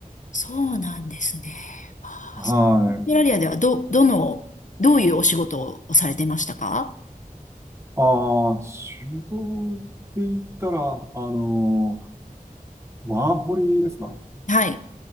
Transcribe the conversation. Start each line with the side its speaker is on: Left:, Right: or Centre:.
Left: そうなんですね。あー
Right: はい。
Left: オーストラリアではど、どの、どういうお仕事をされてましたか
Right: ああ、仕事って言ったら、あの、ワーホリですか
Left: はい。